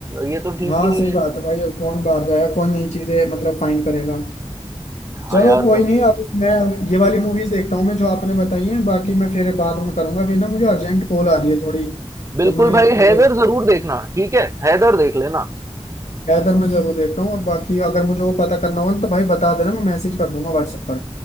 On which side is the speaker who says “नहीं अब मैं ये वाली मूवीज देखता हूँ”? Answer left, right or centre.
Left